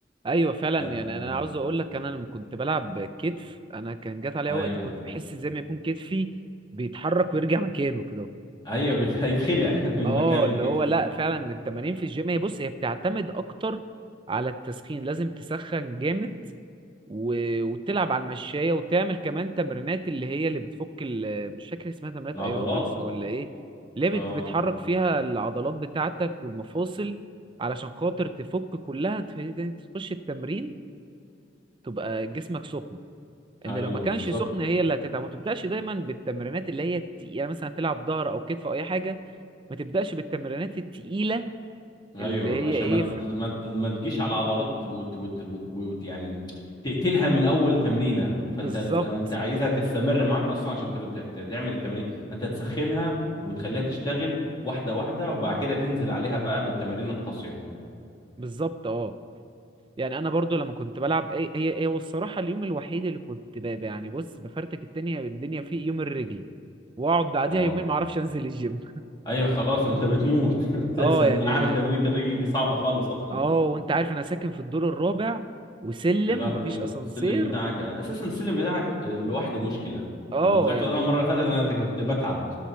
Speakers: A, on the right (about 25°); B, on the left (about 25°).
A: ايوه فعلا
B: فأنت-
A: يعني انا عاوز اقول لك انا لما كنت بلعب كتف انا كان جات عليا
B: ايوه
A: وقت كنت بحس زي ما يكون كتفي بيتحرك ويرجع مكانه كده
B: ايوه بيت- هيتخلع <laughs> من
A: اه
B: مكانه
A: اللي
B: الكتف
A: هو لا فعلا التمارين في الجيم هي بص هي بتعتمد اكتر على التسخين لازم تسخن جامد و... وتلعب على المشاية وتعمل كمان تمرينات اللي هي اللي بتفك ال... مش فاكر اسمها تمرينات
B: العضلات
A: ايروبكس ولا ايه اللي هي بت...
B: اه
A: بتحرك فيها العضلات بتاعتك والمفاصل علشان خاطر تفك كلها تخلي تخش التمرين تبقى جسمك سخن ان
B: ايوه
A: لو ما كانش
B: بالظبط
A: سخن هي اللي هتتعب ما تبداش دايما بالتمرينات اللي هي التقيله مثلا تلعب ظهر او كتف او اي حاجه ما تبداش بالتمرينات التقيله
B: ايوه
A: اللي هي
B: عشان
A: ايه
B: ما ت-
A: ف...
B: ما ت- ما تجيش على عضلات وت وت وت وت يعني تقتلها من اول تمرينه
A: بالظبط
B: فانت ز- انت عايزها تستمر معاك اصلا عشان تب- ت- ت- تعمل التمارين فانت تسخنها وتخليها تشتغل واحده واحده وبعد كده تنزل عليها بقى بالتمارين القاسيه
A: بالظبط اه يعني انا برضو لما كنت بلعب اي هي هي هو الصراحه اليوم الوحيد اللي كنت ب... ب- يعني بص بفرتك الدنيا الدنيا فيه يوم الرجل واقعد بعديها
B: اه
A: يومين ما اعرفش انزل الجيم
B: ايوه خلاص ما انت بتموت <laughs>
A: <laughs> اه
B: اساسا انا
A: يعني
B: عارف تمارين الرجل دي صعبه خالص اصلا
A: اه وانت عارف انا ساكن في الدور الرابع وسلم
B: يا لهوي
A: مفيش اسانسير
B: السلم بتاعك اساسا السلم بتاعك آه، لوحده مشكله
A: اه
B: لما طلعت
A: يعني
B: انا المره اللي فاتت انا كنت بتعب